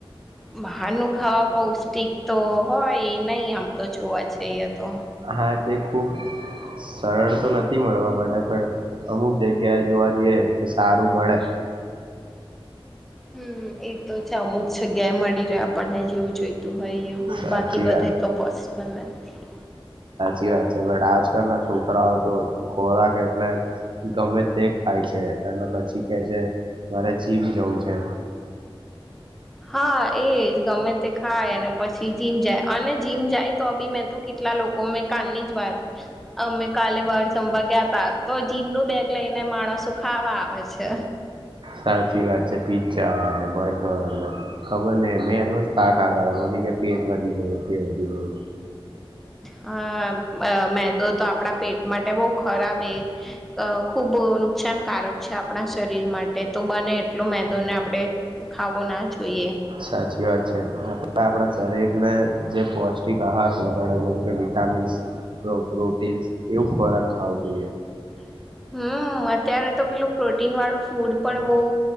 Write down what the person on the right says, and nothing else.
હા તે ખૂબ સરળ તો નથી મળવા માટે પણ અમુક જગ્યાએ જોવા જઈએ તો સારું મળે.
સાચી
વાત
સાચી વાત છે બટ આજકાલ ના છોકરાઓ તો ખોરાક એટલે ગમે તે ખાય છે અને પછી કે છે મારે જીમ જવું છે.
સાચી વાત છે. પીઝા ને બર્ગર ને ખબર ને મેં દોસ્ત અગાડયા પછી કે પેટ વધી ગયું તે વધી ગયું.
સાચી વાત છે. આપે આપણા શરીર ને જે પૌષ્ટિક આહાર વધારે જેમકે, વિટામિન હંમેશા પ્રો પ્રોટીન યુક્ત ખોરાક ખાવો જોઈએ.